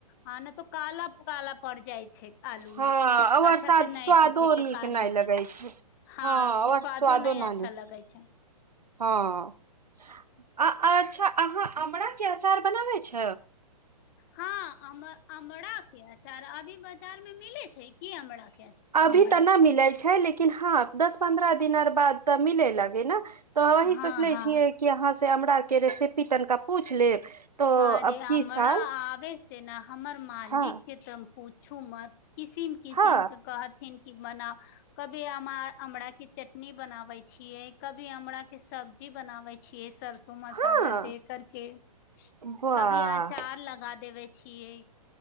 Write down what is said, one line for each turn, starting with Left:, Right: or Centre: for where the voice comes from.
Left: हँ ने तऽ काल काला पड़ जाइ छै। आलू
Right: हँ
Left: मे
Right: और
Left: अच्छा
Right: स्वादो
Left: से न सूखे के
Right: नीक
Left: कारण
Right: नहि लगै
Left: से
Right: छै
Left: हँ फेर
Right: और
Left: स्वादो नहि
Right: न
Left: अच्छा
Right: नीक
Left: लगै छै।
Right: हँ अच्छा अहाँ आमराके छि अचार बनाबै छ।
Left: हँ आमरा के आर अभी बाजार मे मिले छै। की आमरा के अचार
Right: अभी
Left: अमरा
Right: तऽ नहि मिलै छै। लेकिन हँ दस पन्द्रह दििन बाद तऽ मिले लगे ने तऽ वही
Left: हँ
Right: सोचले
Left: हँ
Right: छियै। कि अहाँ से हमराक के रेसिपी तनिका पूछि लेब तो
Left: अरे
Right: अब
Left: हमरा
Right: की साल
Left: आबे से ने हमर मालिक
Right: हँ
Left: के तऽ पूछू मत किसिम किसिम
Right: हँ
Left: के कहथिन कि मना कभी अमराक के चटनी बनाबे छियै। कभी अमराक के सब्जी बनाबे छियै। सब मसाला
Right: हँ
Left: दे कर के
Right: वाह
Left: कभी अचार लगा देबे छियै।